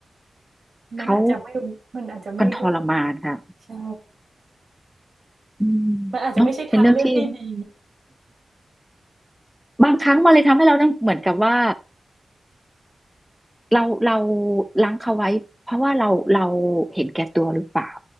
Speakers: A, on the right (about 65°); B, in the centre.
A: อมันอาจจะไม่มันอาจจะไม่ได้
B: เขามันทรมานค่ะ
A: ใช่
B: อืม
A: มันอาจจะไม่ใช่ทางเลือกที่ดี
B: เนาะเป็นเรื่องที่ บางครั้งมันเลยทำให้เราต้องเหมือนกับว่าเราเราล้างเขาไว้เพราะว่าเราเราเห็นแก่ตัวหรือเปล่า